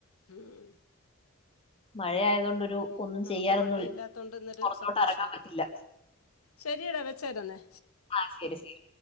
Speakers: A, on the left; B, on the left.
A: ഉം.
B: മഴയായതുകൊണ്ട് ഒരു
A: ഉം
B: ഒന്നും
A: നമുക്ക്
B: ചെയ്യാനൊന്നും
A: മഴയില്ലാത്തോണ്ട് ന്നൊരു
B: പുറത്തോട്ട്
A: സന്തോഷം.
B: ഇറങ്ങാൻ പറ്റില്ല
A: ശര്യടാ വെച്ചേര് ന്നേ
B: ആഹ് ശരി ശരി.